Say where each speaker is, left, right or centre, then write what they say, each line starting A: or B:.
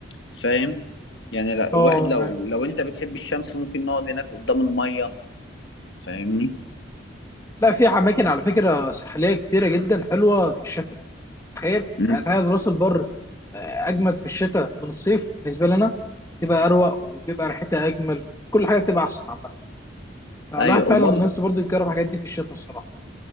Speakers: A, on the left; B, on the left.
A: فاهم يعني لا-
B: أه
A: الواحد لو
B: معاك
A: لو انت بتحب الشمس ممكن نقعد هناك قدام المية فاهمني
B: لا في أماكن على فكرة ساحلية كتيرة جدا حلوة في الشتاء تخيل
A: مم.
B: يعني تخيل راس البر آه، أجمد في الشتاء من الصيف بالنسبة لنا تبقى أروق وبيبقى ريحتها أجمل كل حاجة بتبقى أحسن عامة فالواحد
A: ايوه
B: فعلا
A: وبرضه
B: الناس برضه يجرب الحاجات دي في الشتاء الصراحة